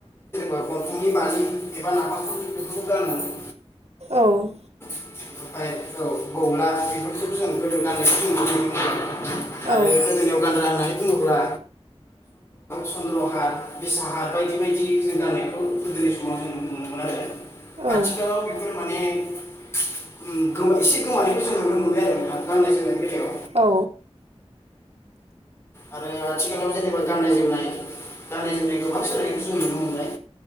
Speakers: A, on the left; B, on the right.
A: दंफांनि बारि एबा नाफाफुल बेफोरखौ गानोमोन।
B: औ।
A: ओमफाय औ <unintelligible> बेफोरखौ जों गोदो गाननायखौ जों नुनो मोनोमोन
B: औ
A: आरो। आरो गोदोनायाव गानग्रा होन्नाय बुङोब्ला चन्द्रहत बिसाहा बायदि बायदि जों गानाय समाव जों नुनो मोनोमोन आरो
B: औ
A: आथिखालाव बेफोर माने एसे गोमानायखौ जों नुनो मोनबाय आरो गाननाय जोमनायनि बेलायाव
B: औ
A: आरो आथिखालाव जेनेबा गाननाय जोमनाय गाननाय जोमनाय गोबां सोलायनायखौ जों नुनो मोनबाय।